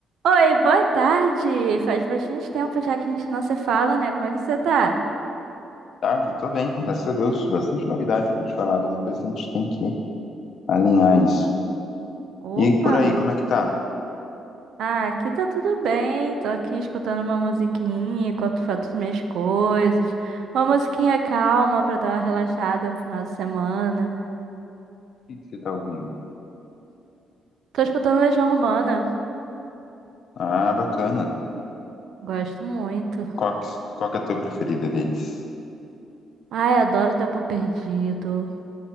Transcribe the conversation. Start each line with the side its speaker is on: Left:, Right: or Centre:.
Right: Oi, boa tarde. Faz bastante tempo já que a gente não se fala, né? Como é que você tá?
Left: tarde, tô bem, graças a Deus. Bastante novidade pra te falar, viu? Depois a gente tem que alinhar isso.
Right: Opa!
Left: E por aí, como é que tá? O
Right: Ah, aqui tá tudo bem. Tô aqui escutando uma musiquinha enquanto faço minhas coisas. Uma musiquinha calma pra dar uma relaxada no final de semana.
Left: que que você tá ouvindo?
Right: Tô escutando Legião Romana.
Left: Ah, bacana.
Right: Gosto muito.
Left: Qual que, qual que é a tua preferida deles?
Right: Ai, adoro Tempo Perdido.